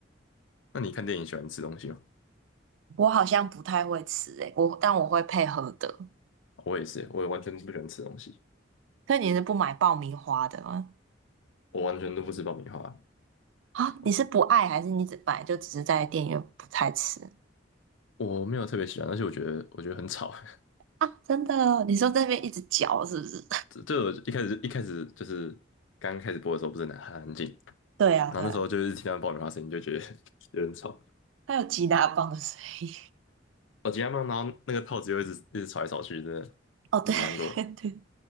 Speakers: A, on the left; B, on the right.
A: 那你看电影喜欢吃东西吗？
B: 我好像不太会吃诶、我但我会配合的。
A: 我也是，我也完全不喜欢吃东西，
B: 所以你是不买爆米花的吗？
A: 我完全都不吃爆米花，
B: 啊，
A: 我
B: 你是不爱还是你只买就只是在店员不太吃
A: 我没有特别喜欢，而且我觉得我觉得很吵。<laughs>
B: 啊？真的哦你说在那边一直嚼是不是？
A: 这这我一开始一开始就是刚开始播的时候不是很很安静，
B: <laughs> 对啊，
A: 然后那时候就是听到爆米花声音就觉得
B: 对啊，
A: <laughs> 有点吵，
B: 它有吉大棒的声音。
A: 我今天放，然后那个套子又一直一直吵来吵去，真的蛮难过的。
B: <laughs> 哦，对 <laughs> 对对，